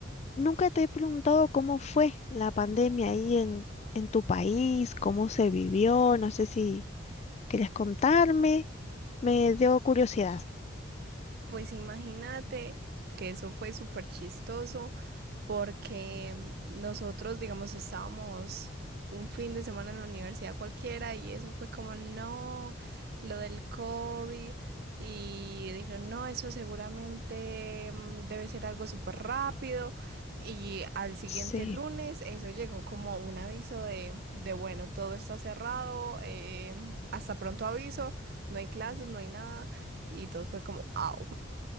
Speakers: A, on the left (about 35°); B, on the right (about 50°).
A: Nunca te he preguntado cómo fue la pandemia ahí en, en tu país, cómo se vivió, no sé si quieres contarme, me dio curiosidad.
B: Pues imagínate que eso fue súper chistoso porque nosotros, digamos, estábamos un fin de semana en la universidad cualquiera y eso fue como, no, lo del COVID. Y dije, no, eso seguramente mm, debe ser algo súper rápido. Y al siguiente
A: Sí.
B: lunes eso llegó como un aviso de, de bueno, todo está cerrado, eh, hasta pronto aviso, no hay clases, no hay nada. Y todo fue como, au.